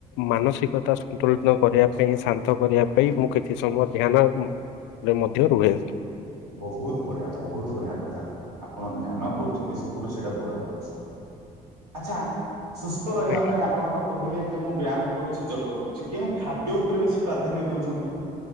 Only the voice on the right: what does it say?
ବହୁତ ବଢିଆ ବହୁତ ବଢିଆ କଥା। ଆପଣ ଧ୍ୟାନ କରୁଛନ୍ତି ସବୁଠୁ ସେଇଟା ବଡ ଜିନିଷ ଆଛା ସୁସ୍ଥ ରହିବା
ପାଇଁ ଆପଣ ତ କହିଲେ ଯେ ମୁଁ ବ୍ୟାୟାମ କରୁଛି ଯୋଗ କରୁଛି କେଉଁ ଖାଦ୍ୟ ଉପରେ ବେଶୀ ପ୍ରାଧାନ୍ୟ ଦଉଛନ୍ତି?